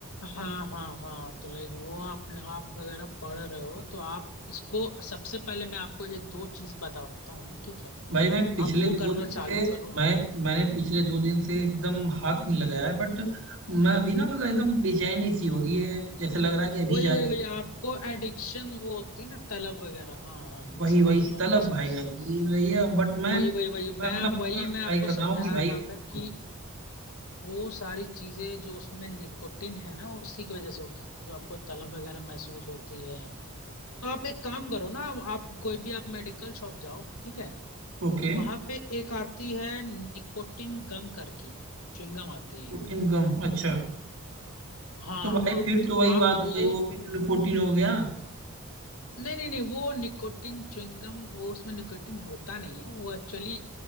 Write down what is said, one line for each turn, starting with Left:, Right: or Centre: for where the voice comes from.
Left: हाँ हाँ हाँ तो लाइक वो आपने आप वगैरह पढ़ रहे हो तो आप इसको सबसे पहले मैं आपको एक दो चीज बताता हूँ ठीक है
Right: भाई मैं पिछले
Left: आप वो
Right: दो
Left: करना
Right: दिन
Left: चालू
Right: से
Left: करो
Right: मैं मैंने पिछले दो दिन से एकदम हाथ नहीं लगाया है बट मैं अभी ना मतलब एकदम बेचैनी सी हो रही है जैसे लग रहा है कि अभी
Left: वही
Right: जाके
Left: वही
Right: पी
Left: वही आपको
Right: लूं।
Left: एडिक्शन वो होती है ना तलब वगैरह हाँ हाँ मैं
Right: वही
Left: समझ
Right: वही
Left: रहा
Right: तलब
Left: हूँ मैं समझ
Right: भाई
Left: सकता
Right: लग
Left: हूँ
Right: रही है बट मैं
Left: वही
Right: मैं
Left: वही वही मैं
Right: अपना पूरा
Left: वही
Right: ट्राई
Left: मैं आपको
Right: कर रहा
Left: समझा
Right: हूँ कि भाई
Left: रहा
Right: मैं छोड़ू
Left: था कि वो सारी चीजें जो उसमें निकोटिन है ना उसी की वजह से होती है जो आपको तलब वगैरह महसूस होती है तो आप एक काम करो ना आप कोई भी आप मेडिकल शॉप जाओ ठीक है
Right: ओके
Left: वहां पे एक आती है निकोटिन गम करके च्युइंगम आती है
Right: कोटिन
Left: एक
Right: गम अच्छा
Left: हाँ
Right: तो भाई
Left: हाँ
Right: फिर
Left: तो
Right: तो वही बात
Left: आप वो
Right: हो गई वो भी निकोटिन हो गया
Left: नहीं नहीं नहीं वो निकोटिन च्युइंगम वो उसमें निकोटिन होता नहीं है वो एक्चुअली